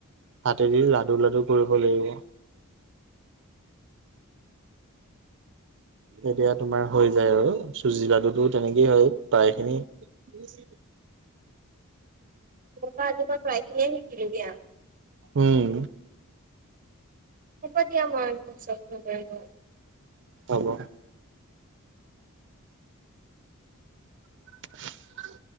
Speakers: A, on the right (about 55°); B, on the right (about 40°).
A: হাতেদি লাডু লাডু কৰিব লাগিব। এতিয়া তোমাৰ হৈ যায় আৰু চুজি লাডুটো তেনেকেই হয় প্ৰায়খিনি
B: তোমাৰ পৰা আজিব প্ৰায়খিনিয়ে শিকিলো দিয়া।
A: উম।
B: হ'ব দিয়া মই পাচতকে কৰি কম।
A: হ'ব। <inaudible>